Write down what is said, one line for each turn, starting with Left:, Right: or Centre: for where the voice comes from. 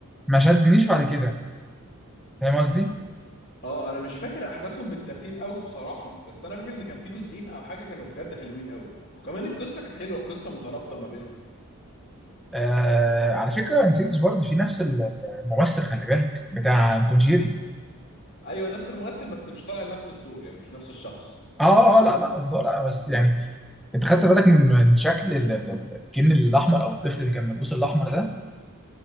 Centre: ما شدنيش بعد كده فاهم قصدي؟
Left: اه انا مش فاكر احداثهم بالترتيب قوي بصراحه بس انا فاكر ان كان في جزئين او حاجه كانوا بجد حلوين قوي وكمان القصه كانت حلوه القصه مترابطه ما بينهم
Centre: آه على فكره انسيديوس برضو في نفس ال- ال- الممثل خلي بالك بتاع كونجيري
Left: ايوه نفس الممثل بس مش طالع نفس الدور يعني مش نفس الشخص
Centre: اه اه لا لا بصراحة لا بس
Left: مم.
Centre: يعني انت خدت بالك من من شكل ال- ال- ال- الجن الاحمر او الطفل اللي كان ملبوس الاحمر ده